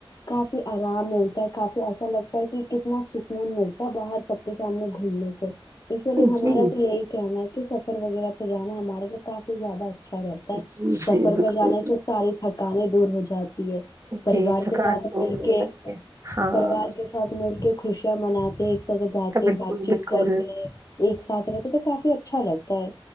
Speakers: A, on the left; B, on the right.
A: کافی آرام ملتا ہے کافی ایسا لگتا ہے کہ کتنا سکون ملتا ہے باہر کے ساتھ میں گھومنے سے چلیے
B: جی
A: ہمارا تو یہی کہنا ہے کہ سفر وغیرہ پہ جانا ہمارے لیے کافی زیادہ اچھا رہتا ہے
B: جی
A: سفر
B: جی بالکل
A: پہ جانے سے ساری تھکانیں دور ہو جاتی ہے پریوار
B: جی تھکان
A: کے ساتھ
B: دور
A: مل
B: ہو
A: کے
B: جاتی ہے ہاں
A: پریوار کے ساتھ مل کے خوشیاں مناتے ہے ایک جگہ جاتے
B: بالکل
A: بات چیت
B: بالکل
A: کرتے ہے ایک ساتھ رہتے تو کافی اچھا لگتا ہے